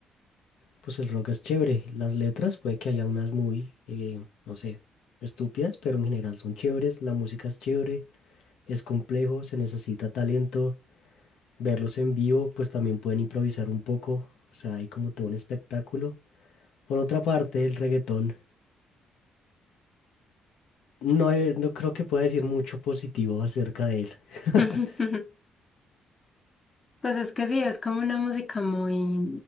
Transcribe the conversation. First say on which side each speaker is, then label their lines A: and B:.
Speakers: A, on the left; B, on the left.
A: pues el rock es chévere. Las letras puede que haya unas muy, eh, no sé, estúpidas, pero en general son chéveres. La música es chévere, es complejo, se necesita talento. Verlos en vivo, pues también pueden improvisar un poco. O sea, hay como todo un espectáculo. Por otra parte, el reggaetón, no, he- no creo que pueda decir mucho positivo acerca de él. <laughs>
B: <laughs> Pues es que sí, es como una música muy